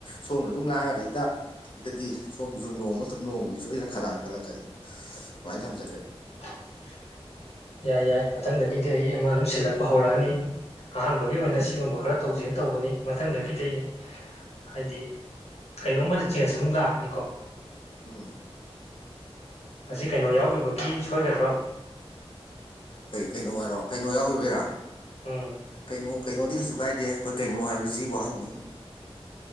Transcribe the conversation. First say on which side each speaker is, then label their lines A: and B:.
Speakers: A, on the left; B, on the left.
A: ꯁꯣꯝꯅ ꯑꯗꯨꯝ ꯂꯥꯡꯉꯗ ꯍꯗꯗꯗꯤ ꯁꯁꯨꯨ ꯅꯣꯡꯃ ꯃꯇꯨꯡ ꯅꯣꯡꯃꯗꯤ ꯁꯣꯏꯗꯅ ꯈꯗꯥꯡꯅ ꯀꯠꯂꯛꯀꯅꯤ ꯁꯨꯃꯥꯏꯅ ꯊꯝꯖꯒꯦ
B: <unintelligible> ꯌꯥꯏ ꯌꯥꯏ ꯃꯊꯪꯗꯒꯤꯗꯤ ꯑꯩ ꯑꯃ ꯑꯗꯨꯝ ꯁꯤꯜꯂꯛꯄ ꯍꯧꯔꯛꯑꯅꯤ ꯑꯍꯥꯟꯕꯒꯤ ꯑꯣꯏꯅ
A: ꯎꯝ
B: ꯁꯤꯒꯨꯝꯕ ꯈꯔ ꯇꯧꯁꯤꯟ ꯇꯧꯕꯅꯤ ꯃꯊꯪꯗ ꯈꯤꯇ ꯍꯥꯏꯗꯤ ꯀꯩꯅꯣꯝꯃꯗ ꯆꯦꯟꯖ ꯑꯃꯨꯛ ꯂꯥꯛꯑꯒꯅꯤꯀꯣ
A: ꯎꯝ
B: ꯃꯁꯤ ꯀꯩꯅꯣ ꯌꯥꯎꯈꯤꯕꯒꯤ ꯁꯣꯏꯒꯗ꯭ꯔꯣ
A: ꯀꯩ ꯀꯩꯅꯣ ꯑꯣꯏꯔꯣ ꯀꯩꯅꯣ ꯌꯥꯎꯕꯩꯔꯥ
B: ꯎꯝ ꯎꯝ
A: ꯀꯩꯅꯣ ꯀꯩꯅꯣꯗꯤ ꯀꯩꯁꯨ ꯀꯥꯏꯗꯦ ꯑꯩꯈꯣꯏ ꯀꯩꯅꯣ ꯍꯥꯏꯕꯁꯤ ꯋꯥꯍꯪꯅꯤ